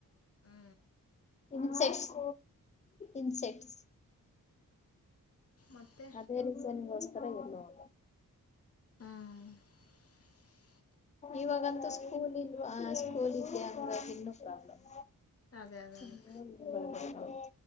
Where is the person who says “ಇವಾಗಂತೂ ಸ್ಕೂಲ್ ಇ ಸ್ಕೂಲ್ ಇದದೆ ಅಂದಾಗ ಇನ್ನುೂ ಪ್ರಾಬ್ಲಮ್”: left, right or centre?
Left